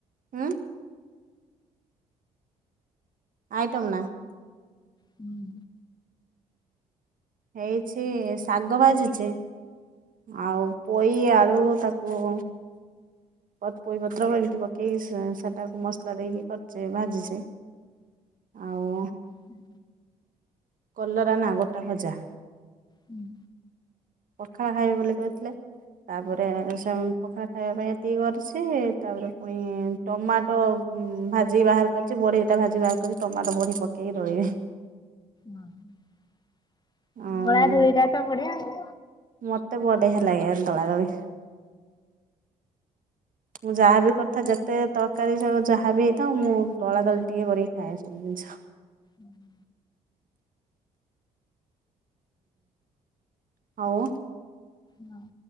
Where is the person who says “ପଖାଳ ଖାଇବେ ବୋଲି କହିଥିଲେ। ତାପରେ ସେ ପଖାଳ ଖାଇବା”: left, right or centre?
Right